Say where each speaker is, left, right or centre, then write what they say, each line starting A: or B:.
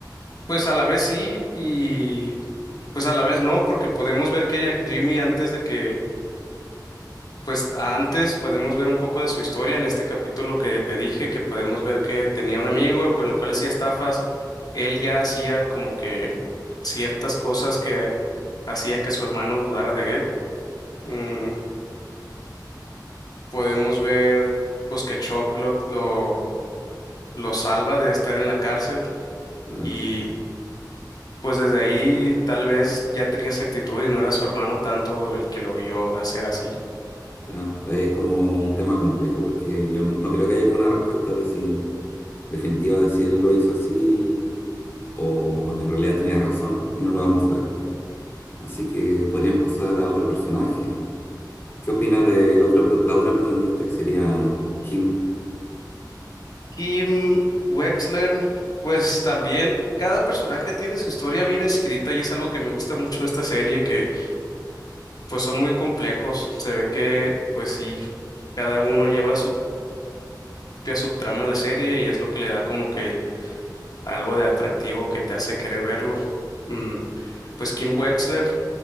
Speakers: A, on the left; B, on the left.
A: pues a la vez sí y pues a la vez no, porque podemos ver que ya Jimmy antes de que Pues antes podemos ver un poco de su historia en este capítulo que te dije, que podemos ver que tenía un amigo con el cual hacía estafas. Él ya hacía como que ciertas cosas que hacían que su hermano dudara de él. Mm, podemos ver pues que Chuck lo, lo, lo salva de estar en la cárcel
B: claro,
A: y pues desde ahí tal vez ya tenía esa actitud y no era su hermano tanto el que lo vio hacer así.
B: claro. Es como un tema complejo porque yo no creo que haya como una respuesta de si definitiva de si él lo hizo así o en realidad tenía razón y no lo vamos a ver. Así que podríamos pasar a otro personaje. ¿Qué opinas de la otra, pro- la otra protagonista que sería Kim?
A: Kim Wexler, pues también cada personaje tiene su historia bien escrita y es algo que me gusta mucho de esta serie, que pues son muy complejos, se ve que pues sí, cada uno lleva su propia subtrama a la serie y es lo que le da como que el- algo de atractivo que te hace querer verlo. Mm, pues Kim Wexler